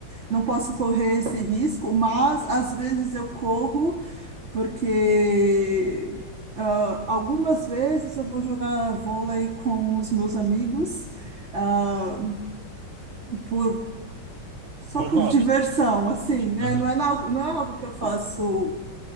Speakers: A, on the right; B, on the right.
A: não posso correr esse risco, mas às vezes eu corro porque ah, algumas vezes eu vou jogar vôlei com os meus amigos ah, por só
B: Por
A: por
B: hobby.
A: diversão, assim, né?
B: Aham.
A: Não é, na- não é algo que eu faço